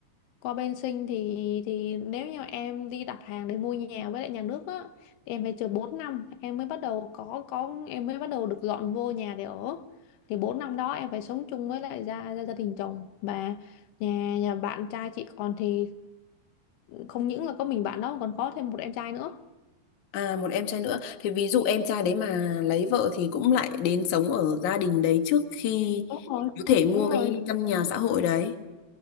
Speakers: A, on the left (about 85°); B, on the left (about 55°).
A: Qua bên Sinh thì thì nếu như em đi đặt hàng để mua nhà với lại nhà nước á thì em phải chờ bốn năm em mới bắt đầu có có em mới bắt đầu được dọn vô nhà để ở. Thì 4 năm đó em phải sống chung với lại gia gia, gia đình chồng và nhà nhà bạn trai chị còn thì không những là có mình bạn đó mà còn có thêm một em trai nữa.
B: À một em trai nữa. Thì ví dụ em trai đấy mà lấy vợ thì cũng lại đến sống ở gia đình đấy trước khi
A: Đúng rồi.
B: có thể mua
A: Đúng
B: cái
A: rồi,
B: căn nhà xã hội đấy.